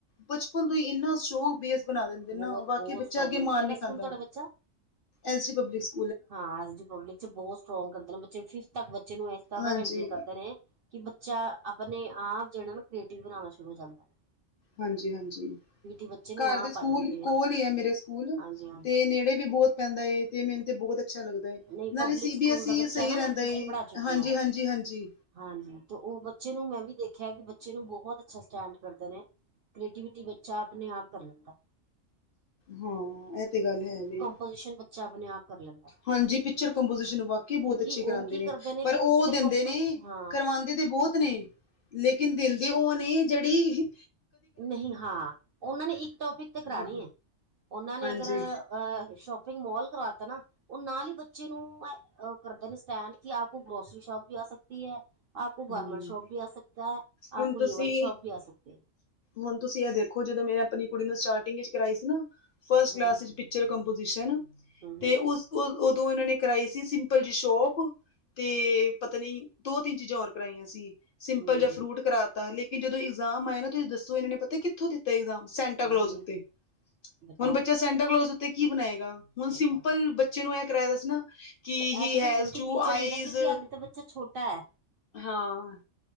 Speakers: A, on the left (about 55°); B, on the right (about 60°).
A: ਬਚਪਨ ਤੋਂ ਈ ਇੰਨਾ ਸਟ੍ਰੋਂਗ ਬੇਸ ਬਣਾ ਦਿੰਦੇਣ
B: ਬਹੁਤ
A: ਨਾ ਵਾਕੀ
B: ਬਹੁਤ
A: ਬੱਚਾ
B: ਪ੍ਰੋਬਲਮ
A: ਅੱਗੇ ਮਾਰ
B: ਕਿਹੜਾ
A: ਨੀ
B: ਸਕੂਲ
A: ਖਾਂਦਾ।
B: ਤੁਹਾਡਾ ਬੱਚਾ
A: ਐਸ ਡੀ ਪਬਲੀਕ ਸਕੁ
B: ਹਾਂ, ਐਸ ਡੀ ਪਬਲਿਕ ਚ ਬੌਤ ਸਟਰੋਂਗ ਕਰਦੇ ਨੇ, ਬੱਚੇ ਫਿਫਥ ਤੱਕ ਬੱਚੇ ਨੂੰ ਐਸ ਤਰ੍ਹਾਂ
A: ਹਾਂਜੀ
B: ਦਾ ਹੈਂਡਲ ਕਰਦੇ ਨੇ ਕਿ ਬੱਚਾ ਅਪਨੇ ਆਪ ਜੇੜਾ ਨਾ ਕ੍ਰੀਏਟਿਵ ਬਣਾਣਾ ਸ਼ੁਰੂ ਹੋ ਜਾਂਦੈ।
A: ਹਾਂਜੀ-ਹਾਂਜੀ।
B: ਬੱਚੇ ਨੂੰ
A: ਘਰ
B: ਆਪ
A: ਦੇ ਸਕੂਲ
B: ਆ ਜਾਂਦੀ
A: ਕੋਲ
B: ਹੈ
A: ਈ ਐ ਮੇਰੇ ਸਕੂਲ,
B: ਹਾਂਜੀ ਹਾਂਜੀ
A: ਤੇ ਨੇੜੇ ਵੀ ਬੌਤ ਪੈਂਦਾ ਏ ਤੇ ਮੈਨੂੰ ਤੇ ਬੌਤ ਅੱ ਅੱਛਾ ਲਗਦਾ ਏ,
B: ਨਹੀਂ
A: ਨਾਲੇ
B: ਪਬਲਿਕ
A: ਸੀ
B: ਸਕੂਲ
A: ਬੀ ਐਸ
B: ਦਾ
A: ਈ
B: ਬੱਚਾ
A: ਸਹੀ
B: ਨਾ
A: ਰੈਂਦਾ
B: ਮੈਂ ਟਿਊਸ਼ਨ
A: ਏ,
B: ਪੜ੍ਹਾ ਚੁੱਕੀ
A: ਹਾਂਜੀ-ਹਾਂਜੀ-ਹਾਂਜੀ।
B: ਹਾਂ ਹਾਂਜੀ, ਤਾਂ ਓ ਬੱਚੇ ਨੂੰ ਮੈਂ ਵੀ ਦੇਖਿਆ ਕਿ ਬ ਬੱਚੇ ਨੂੰ ਬਹੁਤ ਅੱਛਾ ਸਟੈਂਡ ਕਰਦੇ ਨੇ, ਕ੍ਰੀਏਟਿਵਿਟੀ ਬੱਚਾ ਅਪਣੇ ਆਪ ਕਰ ਲੈਂਦਾ।
A: ਹਾਂ, ਐ ਤੇ ਗੱਲ ਹੈ ਵੇ।
B: ਪੋਜਿਸ਼ਨ ਵ ਬੱਚਾ ਅਪਣੇ ਆਪ ਕਰ ਲੈਂਦਾ।
A: ਹਾਂਜੀ ਪਿੱਚਰ ਕੰਪੋਜੀਸ਼ਨ ਵ ਵਾਕੀ ਬਹੁਤ
B: ਕਿਉਂਕਿ
A: ਅੱਛੀ ਕਰਾਂਦੇ
B: ਉਹ ਕੀ
A: ਨੇ
B: ਕਰਦੇ
A: ਪਰ
B: ਕਿ ਪਿਕਚਰ
A: ਓ ਦਿੰਦੇ
B: ਕੰਪੋਜੀਸ਼ਨ
A: ਨੇ
B: ਹਾਂ
A: ਕਰਵਾਂਦੇ ਤੇ ਬੋਤ ਨੇ ਲੇਕਿਨ ਦੇਂਦੇ ਓ ਨੇ ਜੇੜੀ
B: ਨਹੀਂ ਹਾਂ, ਓਨਾਂ ਨੇ ਇੱਕ ਟੋਪਿਕ ਤੇ ਕਰਾਣੀ
A: ਹਾਂ
B: ਏ, ਓਨਾਂ ਨੇ
A: ਹਾਂਜੀ
B: ਅਗਰ ਅ ਸ਼ੋਪਿੰਗ ਮੋਲ ਕਰਵਾਤਾ ਨਾ ਓ ਨਾਲ ਈ ਬੱਚੇ ਨੂੰ ਅ ਓ ਕਰਦੇ ਨੇ ਸਟੈਂਡ ਕਿ ਆਪਕੀ ਗਰੋਸਰੀ ਸ਼ੋਪ ਵੀ ਆ ਸਕਦੀ ਐ ਆਪਕੋ
A: ਹਮ
B: ਗਾਰਰਮੈਂਟ ਸ਼ੋਪ ਵੀ ਆ ਸਕਦਾ ਐ,
A: ਹੁਣ
B: ਆਪਕੋ
A: ਤੁਸੀਂ
B: ਯੇ ਵਾਲੀ ਸ਼ੋਪ ਵੀ ਆ ਸਕਤੀ ਐ।
A: ਹੁਣ ਤੁਸੀਂ ਐ ਦੇਖੋ ਜਦੋਂ ਮੈਂ ਅਪਣੀ ਕੁੜੀ ਨੂੰ ਸਟਾਰਟਿੰਗ ਇਚ ਕਰਾਈ ਸੀ ਨਾ ਫਸਟ
B: ਹੂੰ
A: ਕਲਾਸ ਇਚ ਪਿ ਪਿੱਚਰ ਕੰਪੋਜਿਸ਼ਨ
B: ਹੂੰ
A: ਤੇ ਓ ਓ ਓਦੋਂ ਐਨਾਂ ਨੇ ਕਰਾਈ ਸੀ ਸਿੰਪਲ ਜੀ ਸ਼ੋਪ ਤੇ ਪਤਾ ਨੀ ਦੋ, ਤਿੰਨ ਚੀਜ਼ਾਂ ਹੋਰ ਕਰਾਈਆਂ ਸੀ, ਸਿੰਪਲ
B: ਹੂੰ
A: ਜਾਂ ਫਰੂਟ ਕਰਾ ਤਾਂ ਲੇਕਿਨ ਜਦੋਂ ਇਗਜ਼ਾਮ ਆਇਆ ਨਾ ਤੁਸੀਂ ਦੱਸੋ ਐਨਾਂ ਨੇ ਪਤਾ ਕਿੱਥੋਂ ਦਿੱ ਦਿੱਤਾ ਏਗਜਾਮ, ਸੈਂਟਾ
B: ਹੂੰ
A: ਕਲੋਜ ਉੱਤੇ
B: ਬਤਾਓ
A: ਹੁਣ ਬੱਚਾ ਸੈਂਟਾ ਕਲੋਜ ਉੱਤੇ ਕੀ ਬਣਾਏਗਾ। ਹੁਣ ਸਿੰਪਲ
B: ਬਤਾਓ।
A: ਬੱਚੇ ਨੂੰ ਐ ਕਰਾਇਆ ਦਾ ਸੀ ਨਾ ਕਿ
B: ਤੇ ਇਹ
A: ਹੀ
B: ਤੇ ਫਿਰ
A: ਹੈਜ
B: ਗ਼ਲਤੀ
A: ਟੂ
B: ਟੀਚਰ
A: ਆਈਜ਼
B: ਦੀ ਨਾ ਕਿਉਂਕਿ ਹਾਲੇ ਤਾਂ ਬੱਚਾ ਛੋਟਾ ਐ
A: ਹਾਂ,